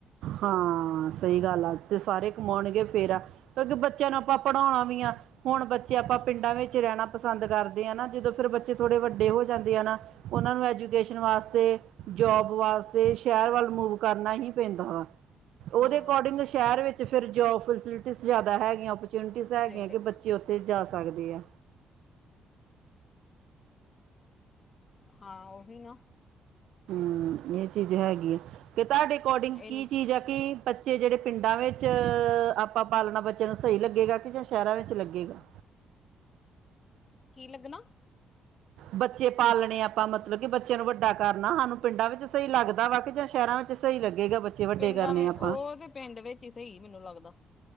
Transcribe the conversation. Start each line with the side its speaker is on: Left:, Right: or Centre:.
Right: ਹਾਂ। ਸਹੀ ਗੱਲ ਆ ਤੇ, ਸਾਰੇ ਕਮਾਉਣਗੇ ਫੇਰ ਆ, ਕਿਉਂਕਿ ਬੱਚਿਆਂ ਨੂੰ ਆਪਾਂ ਪੜ੍ਹਾਉਣਾ ਵੀ ਆ, ਹੁਣ ਬੱਚੇ ਆਪਾਂ ਪਿੰਡਾਂ ਵਿੱਚ ਰਹਿਣਾ ਪਸੰਦ ਕਰਦੇ ਨਾ ਜਦੋਂ ਫਿਰ ਬੱਚੇ ਥੋੜੇ ਵੱਡੇ ਹੋ ਜਾਂਦੇ ਆ ਨਾ, ਉਹਨਾਂ ਨੂੰ ਐਜੂਕੇਸ਼ਨ ਵਾਸਤੇ, ਜੋਬ ਵਾਸਤ ਸ਼ਹਿਰ ਵੱਲ ਮੂਵ ਕਰਨਾ ਹੀ ਪੈਂਦਾ ਵਾ। ਉਹਦੇ
Left: ਹਾਂ,
Right: ਅਕੋਡਿੰਗ ਸ਼ਹਿਰ ਵਿੱਚ ਫਿਰ, ਜੋਬ, ਫੈਸਿਲਿਟੀ ਜ਼ਿਆਦਾ ਹੈਗੀਆਂ। ਚਊਨਿਟੀਜ਼
Left: ਫੈਸਿਲਿਟੀ
Right: ਹੈਗੀਆਂ ਕਿ ਬੱਚੇ ਉੱਥੇ ਜਾ ਸਕਦੇ ਆ।
Left: ਹਾਂ ਉਹੀ ਨਾ
Right: ਹੂੰ, ਇਹ ਚੀਜ਼ ਹੈਗੀ ਹੈ ਕਿ ਤੁਹਾਡੇ ਅਕੋਡਿੰਗ
Left: ਇਹ
Right: ਕੀ
Left: ਨੀ
Right: ਚੀਜ਼ ਹੈ ਕਿ ਬੱਚੇ ਜਿਹੜੇ ਪਿੰਡਾਂ ਵਿੱਚ ਆਪਾਂ ਪਾਲਣਾ ਬੱਚਿਆਂ ਨੂੰ, ਸਹੀ ਲੱਗੇਗਾ ਕਿ ਜਾਂ ਸ਼ਹਿਰਾਂ ਵਿੱਚ ਲੱਗੇਗਾ।
Left: ਕੀ ਲੱਗਣਾ
Right: ਬੱਚੇ ਪਾਲਣੇ ਆਪਾਂ ਮਤਲਬ ਕਿ ਬੱਚਿਆਂ ਨੂੰ ਵੱਡਾ ਕਰਨਾ ਸਾਨੂੰ ਪਿੰਡਾਂ ਵਿੱਚ ਸਹੀ ਲੱਗਦਾ ਵਾ, ਕਿ ਜਾਂ, ਸ਼ਹਿਰਾਂ ਵਿੱਚ ਸਹੀ ਲੱਗੇਗਾ। ਵੱਡੇ
Left: ਪਿੰਡਾਂ
Right: ਕਰਨੇ
Left: ਉਹ
Right: ਆਪਾਂ
Left: ਤੇ ਪਿੰਡ ਵਿੱਚ ਹੀ ਸਹੀ ਮੈਨੂੰ ਲੱਗਦਾ।